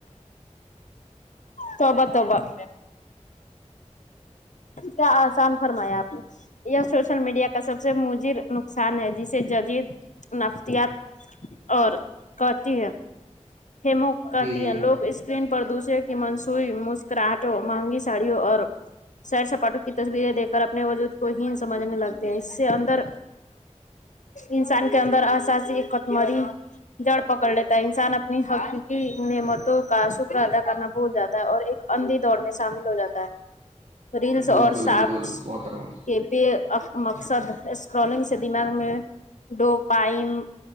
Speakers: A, on the left; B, on the right.
A: توبا توبا کیا آسان فرمایا آپ نے یہ سوشل میڈیا کا سب سے مجر نقصان ہے جسے جدید نفسیات اور کہتی ہے ہیمو کہتی
B: جی جی
A: ہیں لوگ اس اسکرین پر دوسرے کی منسوئیی مسکراہٹوں مہنگی ساڑیوں اور سیر سپاٹوں کی تصویریں دیک کر اپنے وجود کو ہیین سمجھنے لگتے ہیں اس سے اندر انسان کے اندر اساسی اٹ مری جڑ پکڑ لیتا ہے انسان اپنی حقیقی نعمتوں کا شکر ادا کرنا بھول جاتا ہے اور ایک اندھی دڑ میں شامل ہو جاتا ہے ریلس
B: بالکل
A: اور شارپس
B: بالکل محترما
A: کے بے مقصد اسکرولنگ سے دماغ میں ڈوپائم